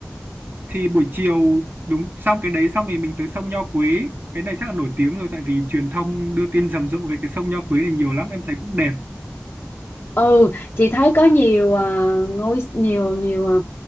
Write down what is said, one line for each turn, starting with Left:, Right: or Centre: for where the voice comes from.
Right: thì buổi chiều đúng xong cái đấy xong thì mình tới sông Nho Quế. Cái này chắc là nổi tiếng rồi tại vì truyền thông đưa tin rầm rộ về cái sông Nho Quế này nhiều lắm, em thấy cũng đẹp.
Left: ừ chị thấy có nhiều à, ngôi nhiều nhiều à,